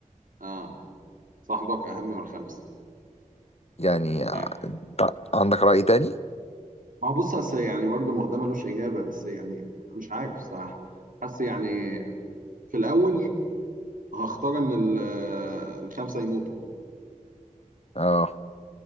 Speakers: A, on the right (about 75°); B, on the left (about 50°).
A: آه صاحبك أهم من الخمسة
B: يعني آه،
A: عارف
B: أنت عندك راي تاني
A: ما هو بص أصل يعني برضه ما هو ده ملوش إجابة بس يعني مش عارف صح حاسس يعني في الأول هختار ان ال- آه، الخمسه يموتوا
B: اه